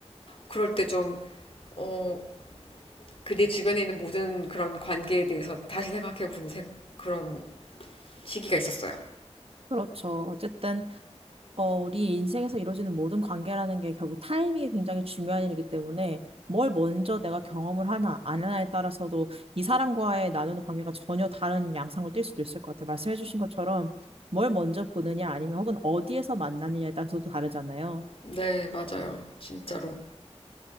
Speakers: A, on the left; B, on the right.
A: 그럴 때 좀 어 그 내 주변에 있는 모든 그런 관계에 대해서 다시 생각해 보는 생- 그런 시기가 있었어요.
B: 그렇죠. 어쨌든 어, 우리 인생에서 이루어지는 모든 관계라는 게 결국 타이밍이 굉장히 중요한 일이기 때문에 뭘 먼저 내가 경험을 하나, 안 하나에 따라서도 이 사람과의 나누는 관계가 전혀 다른 양상으로 뛸 수도 있을 것 같아요. 말씀해주신 것처럼 뭘 먼저 보느냐 아니면 혹은 어디에서 만나느냐에 따라서도 다르잖아요.
A: 네, 맞아요. 진짜로.